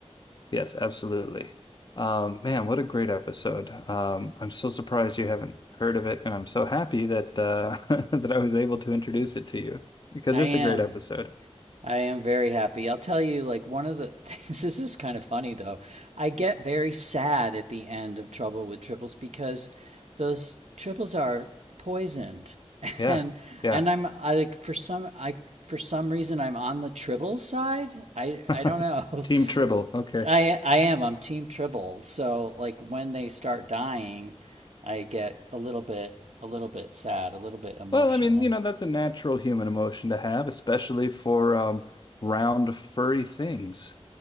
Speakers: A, on the left; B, on the right.
A: Yes. Absolutely. Um, man, what a great episode. Um, I'm so surprised you haven't heard of it, and I'm so happy that uh, <laughs> that I was able to introduce it to you because
B: I
A: it's
B: am
A: a great episode.
B: I am very happy. I'll tell you, like, one of the <laughs> things, this is kind of funny though. I get very sad at the end of Trouble with Triples because those triples are poisoned. <laughs>
A: Yeah.
B: And
A: Yeah.
B: and I'm I like for some I for some reason I'm on the tribbles side. I
A: <laughs>
B: I don't know.
A: Team Tribble. Okay.
B: <laughs> I I am. I'm team Triples. So like when they start dying, I get a little bit a little bit sad, a little bit emotional.
A: Well, I mean, you know, that's a natural human emotion to have, especially for um round furry things.